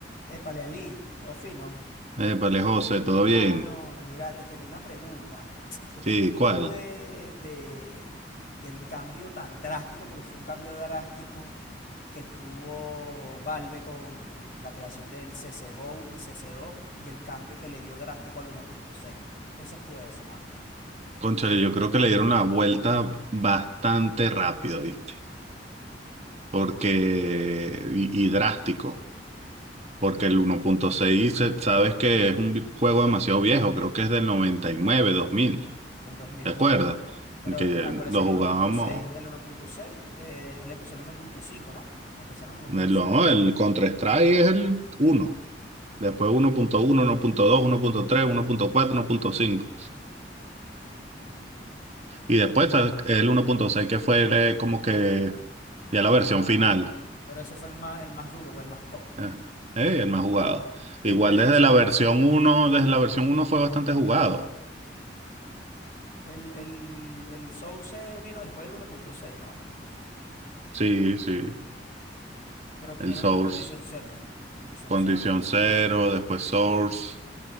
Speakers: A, on the left; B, on the right.
A: Épale, Ali, todo fino.
B: vale José, ¿todo
A: Mano,
B: bien?
A: mira, te tenía una pregunta. ¿Qué opinas
B: Sí, ¿cuál?
A: tú de, de- del cambio tan drástico? Porque fue un cambio drástico que tuvo Valve con la creación del CCGO y cc dos y el cambio que le dio drástico al uno punto seis. ¿Qué piensas tú de eso, mano?
B: Cónchale, yo creo que le dieron la vuelta bastante rápido, ¿viste? Porque, y, y drástico, porque el 1.6, se- sabes que es un vi- juego demasiado viejo, creo que es del 99, 2000,
A: Del dos mil,
B: ¿te
A: ajá.
B: acuerdas?
A: Pero
B: Que
A: el,
B: lo
A: acuérdese que
B: jugábamos,
A: el uno punto seis, el 1.6, eh, él empezó el uno punto cinco, ¿no? Empezaron en el uno
B: el,
A: punto cinco.
B: no, el Counter-Strike es el uno después uno uno uno uno uno punto punto punto dos tres uno punto cuatro uno punto cinco Y después está el 1.6 que fue eh, como que ya
A: El
B: la versión
A: más,
B: final.
A: pero ese fue el más, el más duro, pues el más top.
B: Eh, eh, el más jugado.
A: Después
B: Igual
A: de
B: desde
A: ese
B: la
A: fue
B: versión
A: que sal-
B: uno desde la versión uno fue bastante jugado.
A: el, el, el Source vino después del uno punto seis no.
B: Sí, sí.
A: Pero
B: El
A: primero
B: Source,
A: vino el Condición Cero. Condición
B: Condición
A: Cero no fue.
B: Cero, después Source.